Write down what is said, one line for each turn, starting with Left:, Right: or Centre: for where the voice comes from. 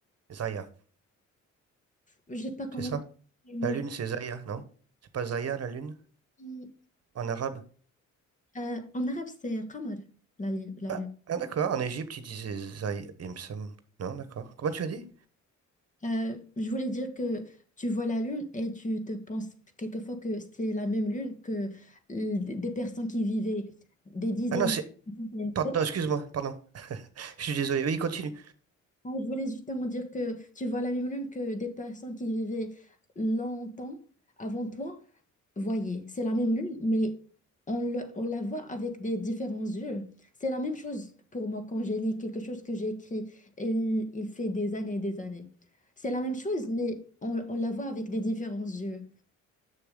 Right: Zaya,
Left: je sais pas comment
Right: c'est ça?
Left: dire, mais
Right: La lune c'est Zaya, non? C'est pas Zaya la lune
Left: hum,
Right: en arabe?
Left: euh, en arabe, c'est Qamar, la lune. La
Right: Ah,
Left: lune.
Right: ah, d'accord, en Égypte ils disaient Zaya, il me semble. Non, d'accord. Comment tu as dit?
Left: Euh, je voulais dire que tu vois la lune et tu te penses quelquefois que c'est la même lune que l- des personnes qui vivaient des dizaines,
Right: Ah non, c'est...
Left: des dizaines
Right: Pardon,
Left: d'années.
Right: excuse-moi, pardon. Je suis désolé. Oui, continue.
Left: Ah, Je voulais justement dire que tu vois la même lune que des personnes qui vivaient longtemps avant toi, voyez, c'est la même lune, mais on, le- on la voit avec des différents yeux. C'est la même chose pour moi quand j'ai lu quelque chose que j'ai écrit, il, il fait des années et des années. C'est la même chose, mais on, on la voit avec des différents yeux.